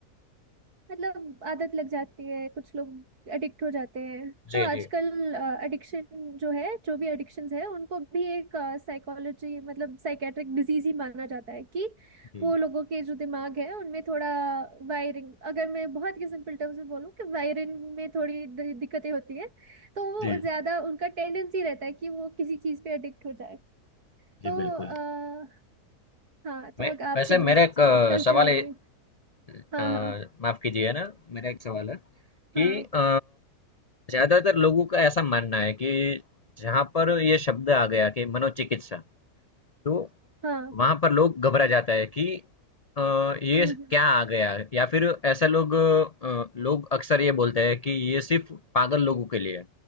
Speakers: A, on the right; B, on the left.
A: मतलब आदत लग जाती है कुछ लोग एडिक्ट हो जाते हैं
B: जी
A: तो आजकल
B: जी
A: एडिक्शन जो है जो भी एडिक्शंस है उनको भी एक साइकोलॉजी मतलब साइकेट्रिक डिजीज ही माना जाता है कि
B: जी
A: वो लोगों के जो दिमाग है उनमें थोड़ा वायरिंग अगर मैं बहुत ही सिंपल टर्म्स में बोलूँ कि वायरिंग में थोड़ी दि- दिक्कतें होती है तो
B: जी
A: वो ज्यादा उनका टेंडेंसी रहता है कि वो किसी चीज पे एडिक्ट हो जाए
B: जी
A: तो
B: बिल्कुल
A: आ, हाँ तो
B: मैं
A: अगर आपके
B: वैसे
A: दोस्त
B: मेरा एक
A: स्मोक
B: अ,
A: करते
B: सवाल
A: होंगे
B: है अ,
A: हाँ हाँ
B: माफ कीजिए ना मेरा एक सवाल है
A: हाँ
B: कि अ, ज्यादातर लोगों का ऐसा मानना है कि जहां पर ये शब्द आ गया कि मनोचिकित्सा तो
A: हाँ
B: वहाँ पर लोग घबरा जाता है कि अ, ये
A: हम्म हम्म,
B: क्या आ गया या फिर ऐसा लोग अ, लोग अक्सर ये बोलते हैं कि ये सिर्फ पागल लोगों के लिए है।